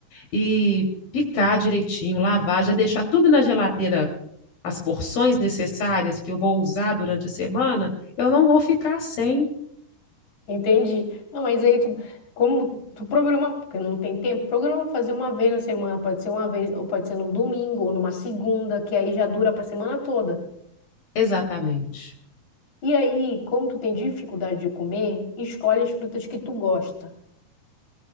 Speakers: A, on the left (about 65°); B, on the left (about 50°).
A: E picar direitinho, lavar, já deixar tudo na geladeira, as porções necessárias que eu vou usar durante a semana, eu não vou ficar sem.
B: Entendi. Não, mas aí tu, como tu programa, porque não tem tempo, programa fazer uma vez na semana, pode ser uma vez, ou pode ser num domingo, ou numa segunda, que aí já dura para a semana toda.
A: Exatamente.
B: E aí, como tu tem dificuldade de comer, escolhe as frutas que tu gosta,